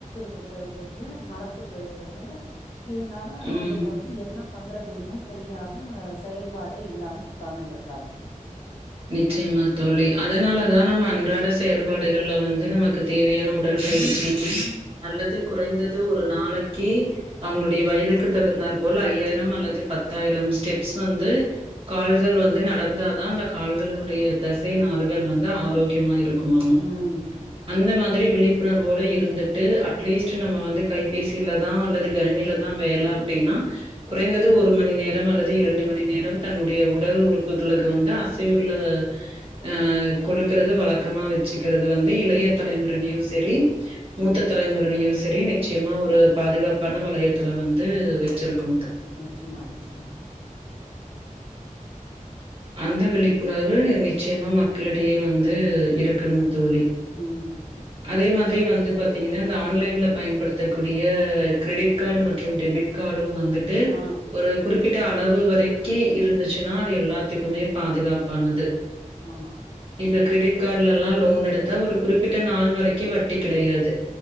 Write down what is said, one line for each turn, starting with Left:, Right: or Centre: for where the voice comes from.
Left: ப்பு போயிடறது மரத்து போயிடறது இதனால அவங்களுக்கு
Right: ம்.
Left: வந்து என்ன பண்றதுனே தெரியாத செயல்பாடே இல்லாம உட்காந்துன்டுருக்காங்க
Right: நிச்சயமா தோழி அதனாலதா நம்ம அன்றாட செயல்பாடுகள்ல வந்து நமக்கு தேவையான உடல் பயிற்சி அல்லது குறைந்தது ஒரு நாளைக்கி அவுங்களுடைய
Left: ம்
Right: வயதுக்கு தகுந்தார் போல ஐய்யாயிர டம் அல்லது பத்தாயிரம் ஸ்டெப்ஸ் வந்து கால்கள் வந்து நடந்தாதா அந்த கால்களன்னுடைய தசை நாறுகள் வந்து ஆரோக்கியமா இருக் க்குமாமா
Left: ம்
Right: அந்த மா ட்ரி விழிப்புணர்வோடு இருந்துட்டு அட்லீஸ்ட் நம்ம வந்து கைபேசியிலதா அல்லது கனிணிலதா வேல அப்பிடின்னா குறைந்தது ஒரு மணி நேரம் அல்லது இரண்டு மணி நேரம் தன்னுடைய உடல் உறுப்புகளுக்கு வந்து அச சிவுகள
Left: குடுக்கணு
Right: அ குடுக்கறது வழக்கமா வச் ச்சிக்கிறது வந்து இளைய தலைமுறை நியூசேரி மூத்த
Left: ம்
Right: தலைமுறையிலு சே திரி நிச்சயமா ஒரு பாதுகாப்பான வளையத்துல வந்து வச்சிருக்கு
Left: நிச்சிமா நிச்சிமா
Right: அந்த விழிப்புணர்வு நிச்சியமா மக்களிடையே வந்து இருக்கணு தோழி
Left: ம்.
Right: அதே மாதிரி வந்து
Left: கட்டாயம்.
Right: பாத்தீங்கன்னா இந்த ஆன்லைன்ல பயன்படுத்தக்கூடிய கிரெடிட் காடு மற்றும் டெபிட் காடு டு வந்துட்டு
Left: ஆ
Right: ஒரு குறிப் ப்பிட்ட அளவு வரைக்கி இருந்துச்சுன்னா அது எல்லாத் த்துக்குமே பாதுகாப்பானது
Left: ஆமா
Right: இப்ப கிரெடிட் காடுல எல்லா லோன் எடுத்தா ஒரு குறிப்பிட்ட நாள் வரைக்கு வட்டி கிடையாது